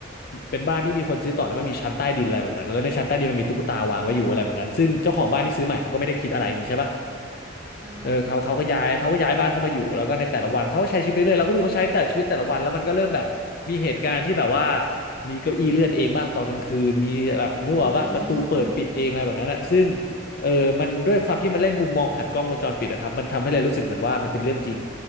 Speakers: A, on the left; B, in the centre.
A: เป็นบ้านที่มีคนซื้อต่อแล้วมันมีชั้นใต้ดินอะไรแบบนั้นแล้วในชั้นใต้ดินมันมีตุ๊กตาวางไว้อยู่อะไรแบบนั้นซึ่งเจ้าของบ้านที่ซื้อใหม่เขาก็ไม่ได้คิดอะไรอย่างนี้ใช่ปะ
B: อือฮึอือฮึ
A: เออเขาเขาก็ย้ายเขาก็ย้ายบ้านเข้ามาอยู่แล้วก็ในแต่ละวันเขาก็ใช้ชีวิตไปเรื่อยเราก็ดูเขาใช้แต่ชีวิตแต่ละวันแล้วมันก็เริ่มแบบมีเหตุการณ์ที่แบบว่ามีเก้าอี้เลื่อนเองบ้างตอนกลางคืนมีแบบนึกออกป่ะประตูเปิดปิดเองอะไรแบบนั้นอะซึ่ง
B: อืม
A: เออมันด้วยความที่มันเล่นมุมมองผ่านกล้องวงจรปิดอะครับมันทำให้เลยรู้สึกเหมือนว่ามันเป็นเรื่องจริง